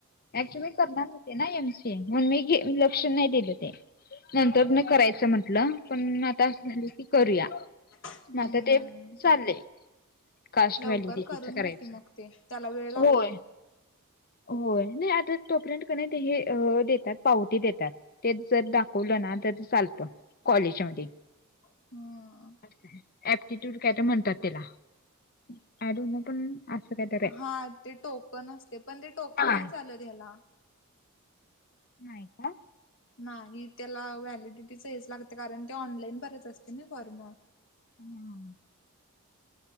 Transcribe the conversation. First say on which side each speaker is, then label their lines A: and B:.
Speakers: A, on the left; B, on the left.
A: ऍक्च्युली मी करणार होते ना एमसी म्हणून, मी लक्ष नाही दिलं ते. नंतर नाही करायचं म्हंटलं? पण आता असं झालं की करूया
B: हम्म.
A: मग आता ते चाललंय. कास्ट
B: लवकर
A: व्हॅल्यू
B: करून
A: <unintelligible> करायच
B: घे की मग ते त्याला वेळ लागतोय
A: होय. होय नाही. आता तोपर्यंत क नाही, हे देतात पावती देतात. ते जर दाखवलं ना चालतं काॅलेज मध्ये
B: हम्म.
A: <unintelligible> म्हणतात. त्याला <unintelligible> तर आहे
B: हा, ते टोकन असते. पण ते टोकन
A: हा
B: नाही चालत ह्याला.
A: नाही का?
B: नाही त्याला व्हॅलिडिटीच हेच लागते. कारण ते ऑनलाईन भरायचा असतोयं. ना फॉर्म.
A: <unintelligible>